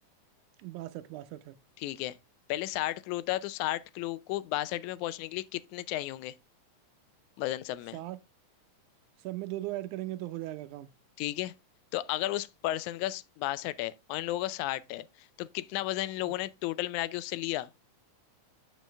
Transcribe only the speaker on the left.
ठीक है पहले साठ किलो था तो साठ किलो को बासठ में पहुंचने के लिए कितने चाहिए होंगे वजन सब में
ठीक है तो अगर उस पर्सन का बासठ है और इन लोगों का साठ है तो कितना वजन इन लोगों
ने टोटल मिला के उससे लिया